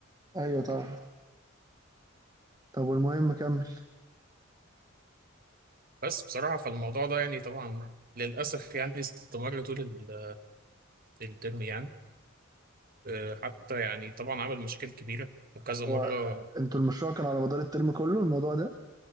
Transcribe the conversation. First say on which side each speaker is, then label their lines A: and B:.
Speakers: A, on the right; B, on the right.
A: ايوه طبعا طب والمهم كمل
B: بس بصراحة فالموضوع ده يعني طبعا للأسف يعني استمر طول ال- الترم يعني آه، حتى يعني طبعا عمل مشاكل كبيرة وكذا
A: هو
B: مرة
A: انتوا المشروع كان على مدار الترم كله الموضوع ده